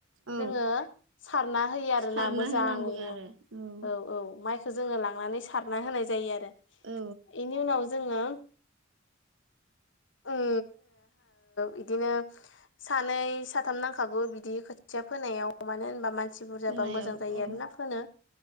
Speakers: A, on the right; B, on the left.
A: औ
B: जोङो सारना होयो आरोना
A: सारना
B: मोजाङैनो
A: होनांगौ आरो औ
B: औ माइखौ जोङो लांनानै सारना होनाय जायो आरो
A: औ
B: बेनि उनाव जोङो जोङो बिदिनो <inaudible> सानै साथाम नांखागौ बिदि खोथिया फोनायाव मानो होनबा म मानसि बुरजाबा
A: फोनायाव
B: मोजां जायो
A: औ
B: आरोना फोनो।